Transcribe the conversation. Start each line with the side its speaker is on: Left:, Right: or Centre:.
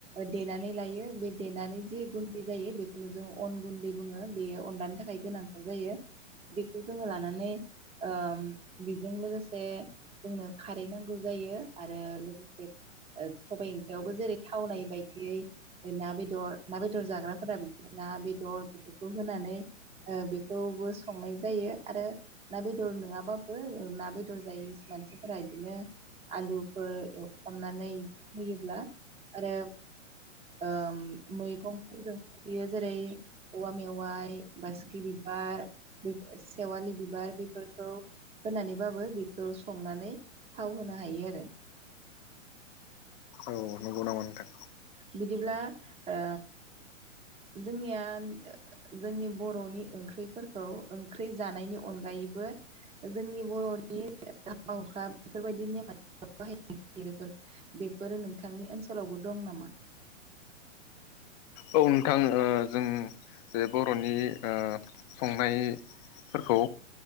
Right: देनानै लायो बे देनानै जि गुन्दै जायो बेखौनो जोंङो अन गुन्दै बुङो बेयो अनलाानि थाखाय गोनांथार जायो बेखौ जोङो लानानै ओम बेजों लोगोसे जोंनो खारै नांगौ जायो आरो लोगोसे सबाइ ओंख्रियावबो जेरै थावनाय बायदियै ना बेदर ना बेदर जाग्राफोरा बिदिनो ना बेदर बेफोरखौ होनानै ओ बेखौबो संनाय जायो आरो ना बेदर नङाबा बो ना बेदर जायो मानसिफोरा इदिनो आलुफोर एवखनानै होयोब्ला आरो ओ मैगंफोरजों होयो जेरै औवा मेवाइ बासिखि बिबार बे सेवालि बिबार बेफोरखौ होनानैबाबो बेखौ संनानै थाव होनो हायो आरो
Left: औ नंगौ नामा नोंथां
Right: बिदिब्ला ओ जोंनिया जोंनि बर'नि ओंख्रिफोरखौ ओंख्रि जानायनि अनगायैबो जोंनि बर'नि हाबा हुखा बेफोरबायदि ने बाहायनाय बेफोरो नोंथांनि ओनसोलावबो दं नामा?
Left: औ नोंथां ओ जों बे बर'नि ओ संनायफोरखौ